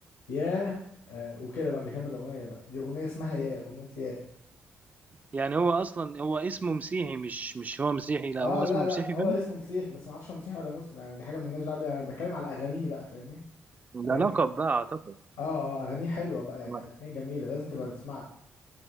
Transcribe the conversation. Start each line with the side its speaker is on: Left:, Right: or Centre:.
Left: يا آه وكده بقى بيكمل الاغنيه بقى دي اغنيه اسمها يا اغنيه يا
Right: يعني هو أصلا هو اسمه مسيحي مش مش هو مسيحي لا
Left: اه
Right: هو
Left: لا
Right: اسمه
Left: لا
Right: مسيحي
Left: هو
Right: فعلا
Left: اسمه مسيح بس ما اعرفش هو مسيحي ولا مسلم يعني دي حاجه مالناش دعوه بيها انا بتكلم على اغانيه بقى فاهمني اغانيه
Right: ده لقب بقى أعتقد
Left: اه اه اغانيه حلوه بقى يعني
Right: أنا
Left: اغانيه جميله لازم تبقى تسمع له